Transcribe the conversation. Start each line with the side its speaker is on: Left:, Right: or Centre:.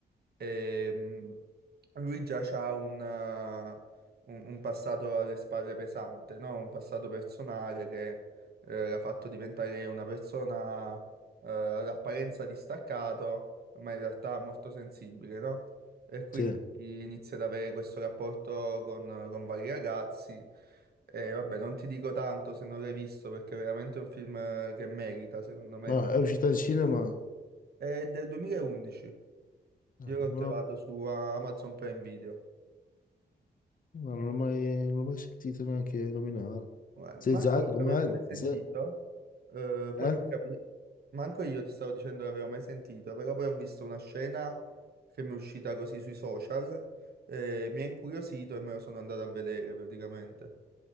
Right: Ehm, lui già ha un, eh, un- un passato alle spalle pesante, no? Un passato personale che eh, l'ha fatto diventare una persona eh, all'apparenza distaccato, ma in realtà molto sensibile, no? E quindi
Left: Sì.
Right: inizia ad avere questo rapporto con, con vari ragazzi. E vabbè, non ti dico tanto se non l'hai visto perché è veramente un film eh, che merita, secondo me.
Left: Ma è uscita al cinema?
Right: È del 2011.
Left: No,
Right: Io l'ho
Left: non
Right: trovato
Left: l'ho
Right: su Amazon Prime Video.
Left: no, non l'ho mai, non l'ho mai sentito neanche nominare.
Right: Guarda,
Left: Sì,
Right: Manco
Left: già,
Right: io
Left: com'è?
Right: l'avevo mai sentito.
Left: Z-
Right: eh, poi
Left: eh?
Right: mi è capi- Manco io ti stavo dicendo che l'avevo mai sentito, però poi ho visto una scena che mi è uscita così sui social, eh, mi ha incuriosito e me lo sono andato a vedere praticamente.